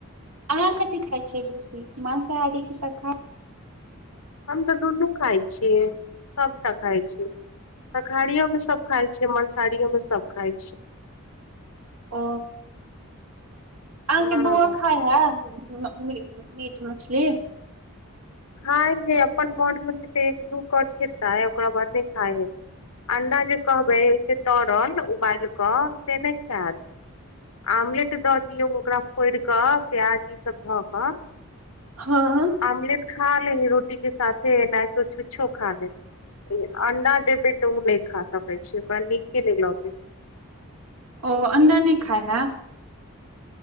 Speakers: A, on the right; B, on the left.
A: अहाँ कथि खाय छियै बेसी मांसाहारी की शाकाहा
B: हम तऽ दुनू खाय छियै सबटा खाय छियै शाकहारियोमे सब खाइ छियै मंसाहारियोमे सब खाय छियै
A: ओ आहके
B: हँ
A: के बौआ खाय हे मीट मछली
B: खाय है अपन मन मे जे एक दू कऽर खेतए ओकरा बाद नहि खाय है अंडा जे कहबै से तरल उबाल कऽ से नहि आमलेट दऽ दियऔ ओकरा फोड़ कऽ प्याज ई सब ध कऽ
A: हँ
B: आमलेट खा लै है रोटी के साथे एनाहितो छुछ छो खा लै अंडा देबे तऽ ओ नहि खा सकैत छै ओकरा नीके नहि लगै है
A: ओ अंडा नहि खाइ हे